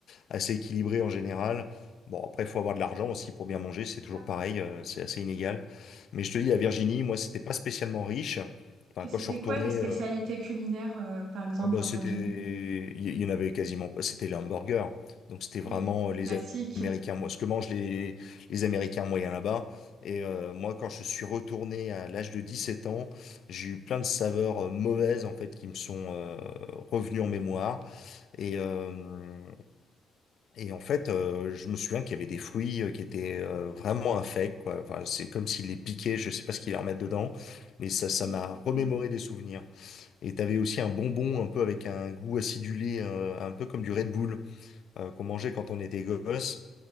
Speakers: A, on the left; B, on the right.
A: assez équilibré en général. Bon, après, il faut avoir de l'argent aussi pour bien manger, c'est
B: Ça.
A: toujours pareil, euh, c'est assez inégal. Mais je te dis, la Virginie, moi, c'était pas spécialement riche. Enfin,
B: Et
A: quand
B: c'était
A: je suis retourné,
B: quoi les spécialités
A: euh,
B: culinaires, euh, par exemple,
A: oh, bah,
B: en
A: c'était,
B: Virginie?
A: il il y en avait quasiment pas, c'était les hamburgers. Donc, c'était vraiment
B: Oui,
A: euh, les
B: classique.
A: Américains, moi, ce que mangent les, les Américains moyens là-bas. Et euh, moi, quand je suis retourné à l'âge de 17 ans, j'ai eu plein de saveurs euh, mauvaises, en fait, qui me sont euh, revenues en mémoire. Et, euh, et en fait, euh, je me souviens qu'il y avait des fruits euh, qui étaient euh, vraiment infects, quoi. Enfin, c'est comme s'il les piquait. je sais pas ce qu'ils leur mettent dedans, mais ça, ça
B: Oui,
A: m'a remémoré
B: Mm.
A: des souvenirs. Et t'avais aussi un bonbon un peu avec un goût acidulé, euh, un peu comme du Red Bull, euh, qu'on mangeait quand on était gosse.